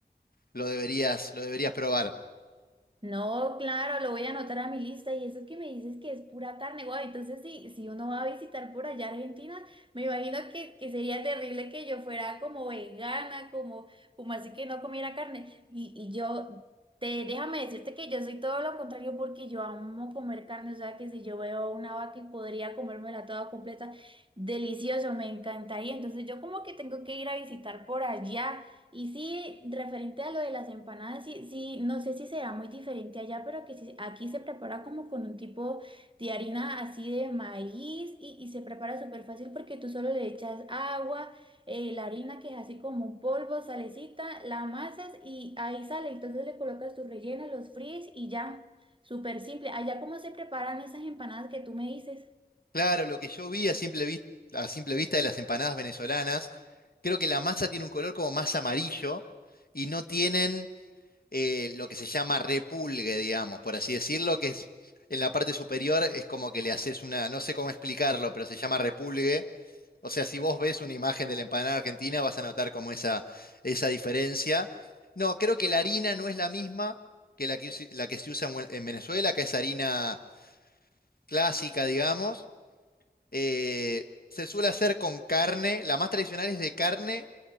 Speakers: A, on the left; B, on the right.
A: lo deberías, lo deberías probar.
B: No, claro, lo voy a anotar a mi lista y eso que me dices que es pura carne, guau, entonces si, si uno va a visitar por allá Argentina, me imagino que, que sería terrible que yo fuera como vegana, como, como así que no comiera carne. Y, y yo, te, déjame decirte que yo soy todo lo contrario porque yo amo comer carne, o sea que si yo veo una vaca y podría comérmela toda completa, delicioso, me encantaría. Entonces yo como que tengo que ir a visitar por allá. Y sí, referente a lo de las empanadas, sí, sí, no sé si será muy diferente allá, pero que sí- aquí se prepara como con un tipo de harina así de maíz y, y se prepara súper fácil porque tú solo le echas agua, eh, la harina que es así como un polvo, salecita, la amasas y ahí sale. Entonces le colocas tu relleno, los fríes y ya, súper simple. Allá, ¿cómo se preparan esas empanadas que tú me dices?
A: Claro, lo que yo vi a simple vista, a simple vista de las empanadas venezolanas, creo que la masa tiene un color como más amarillo y no tienen eh, lo que se llama repulgue, digamos, por así decirlo, que es en la parte superior es como que le haces una, no sé cómo explicarlo, pero se llama repulgue. O sea, si vos ves una imagen de la empanada argentina, vas a notar como esa, esa diferencia. No, creo que la harina no es la misma que la que, usi- la que se usa en, Buen- en Venezuela, que es harina clásica, digamos. Eh, se suele hacer con carne, la más tradicional es de carne